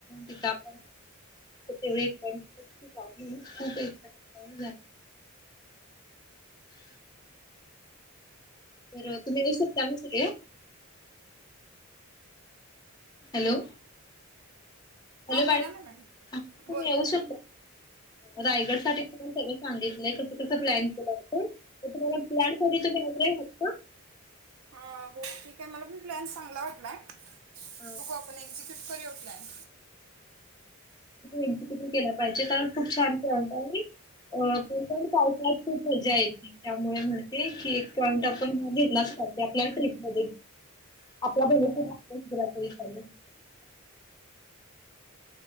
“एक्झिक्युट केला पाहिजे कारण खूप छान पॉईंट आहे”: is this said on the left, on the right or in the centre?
Left